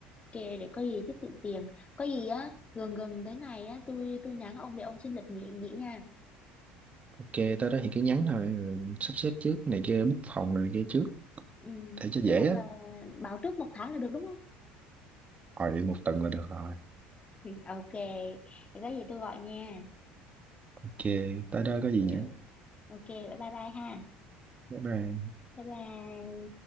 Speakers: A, on the left; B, on the right.
A: kề để có gì tiết kiệm tiền. Có gì á gần gần tới ngày á tôi tôi nhắn ông để ông xin lịch nghỉ nghỉ nha.
B: ok tới đó thì cứ nhắn thôi rồi sắp xếp trước này kia book phòng rồi này kia trước
A: Ừ,
B: để cho dễ
A: nói chung
B: á
A: là báo trước một tháng là được đúng không?
B: rồi một tuần là được rồi
A: Ok, thì có gì tôi gọi nha.
B: ok tới đó
A: Ok,
B: có gì nữa
A: ok, bye bye bye ha.
B: bye bye
A: Bye bye.